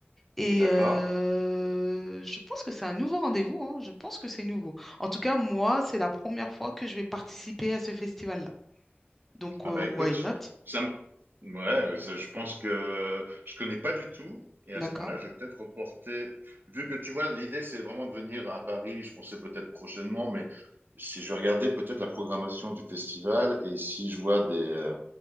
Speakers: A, in the centre; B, on the right.
A: Et
B: d'accord.
A: euh, je pense que c'est un nouveau rendez-vous, hein. Je pense que c'est nouveau. En tout cas, moi, c'est la première fois que je vais participer à ce festival-là. Donc,
B: Ah
A: euh,
B: bah écoute,
A: why not?
B: ça me- ouais, ça, je pense que je connais pas du tout. Et
A: D'accord.
B: à ce moment-là, je vais peut-être reporter. Vu que tu vois, l'idée, c'est vraiment de venir à Paris. Je pensais peut-être prochainement, mais si je regardais peut-être la programmation du festival et si je vois des, euh,